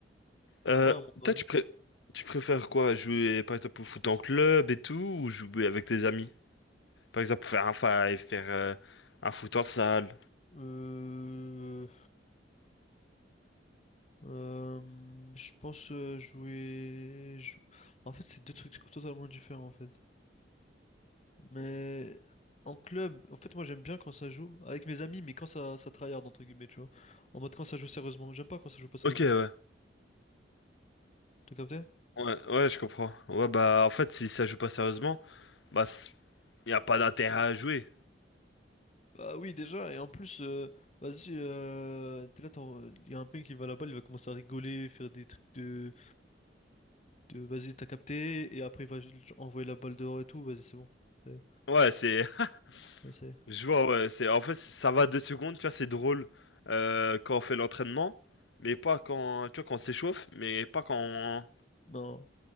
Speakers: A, on the left; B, on the left.
A: Euh,
B: Il y a un monde,
A: toi, tu
B: ouais.
A: pré- tu préfères quoi? Jouer, par exemple, au foot en club et tout, ou jouer avec tes amis? Par exemple, faire un five, faire euh, un foot en salle.
B: Euh, euh, je pense euh, jouer, jou- En fait, c'est deux trucs totalement différents, en fait. Mais en club, en fait, moi j'aime bien quand ça joue avec mes amis, mais quand ça, ça tryhard, entre guillemets, tu vois. En mode quand ça joue sérieusement. J'aime pas quand ça joue pas sérieusement.
A: Ok, ouais.
B: T'as capté?
A: Ouais, ouais, je comprends. Ouais, bah, en fait, si ça joue pas sérieusement, bah, il y a pas d'intérêt à jouer.
B: Bah oui, déjà, et en plus, euh, vas-y, euh, t'es là, il y a un ping qui va là-bas, il va commencer à rigoler, faire des trucs de, de vas-y, t'as capté, et après il va genre, envoyer la balle dehors et tout, vas-y, c'est bon. C'est,
A: Ouais, c'est,
B: ouais, c'est-
A: <laughs> je vois, ouais, c'est, en fait, ça va deux secondes, tu vois, c'est drôle euh, quand on fait l'entraînement, mais pas quand, tu vois, quand on s'échauffe, mais pas quand, on-
B: Non,